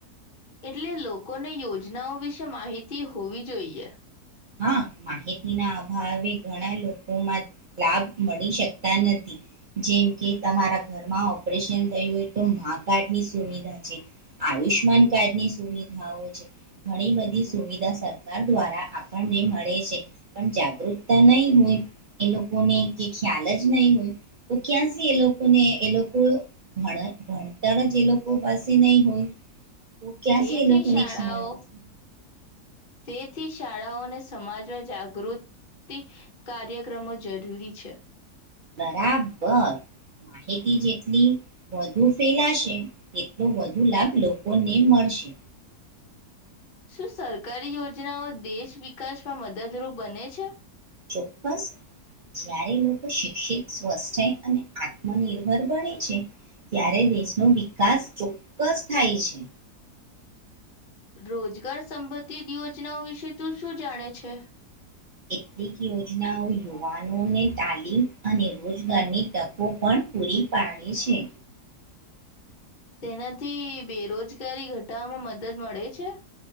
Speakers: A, on the left; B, on the right.
A: એટલે લોકોને યોજનાઓ વિશે માહિતી હોવી જોઈએ.
B: હા માહિતી ના અભાવે ઘણા લોકોમાં લાભ મળી શકતા નથી જેમ કે તમારા ઘરમાં ઓપરેશન થયું હોય તો કાર્ડની સુવિધા છે આયુષ્માન કાર્ડની સુવિધાઓ છે ઘણી બધી સુવિધા સરકાર દ્વારા આપ પણને મળે છે પણ જાગૃતતા નહી હોય એ લોકોને કે ખ્યાલ જ નહી હોય તો ક્યાંથી એ લોકોને એ લોકો ભ ભણતર જ એ લોકો પાસે નહી હોય. ક્યાં
A: તેથી
B: છે એ લોકોને
A: શાળાઓ
B: ખ્યાલ આવ
A: તેથી શાળાઓ અને સમાજમાં જાગૃતિ કાર્યક્રમો જરૂરી છે.
B: બરાબર માહિતી જેટલી વધુ ફેલાશે તેટલો વધુ લાભ લોકોને મળશે.
A: શું સરકારી યોજનાઓ દેશ વિકાસમાં મદદરૂપ બને છે.
B: ચોક્કસ જ્યારે લોકો શિક્ષિત સ્વસ્થ અને આત્મનિર્ભર બણે છે ત્યારે દેશનો વિકાસ ચોક્કસ થાય છે.
A: રોજગાર સંબંધિત યોજનાઓ વિશે તું શું જાણે છે.
B: કેટલીક યોજનાઓ યુવાનોને તાલીમ અને રોજગારની તકો પણ પૂરી પાડે છે.
A: તેનાથી બેરોજગારી ઘટાવામાં મદદ મળે છે.